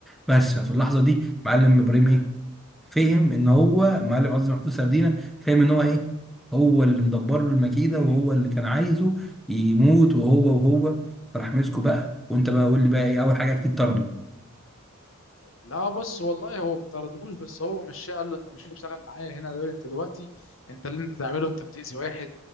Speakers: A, in the centre; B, on the left.
A: بس في اللحظه دي معلم ابراهيم ايه فهم ان هو معلم قصدي محمود سردينه فهم ان هو ايه هو اللي مدبر له المكيده وهو اللي كان عايزه يموت وهو وهو فراح مسكه بقى وانت بقى قول لي بقى ايه اول حاجه اكيد طرده
B: لا بص والله هو ما طردهوش بس هو مشاه قال له انت مش هتشتغل معايا هنا ده دلوقتي انت اللي انت تعمله انت بتأذي واحد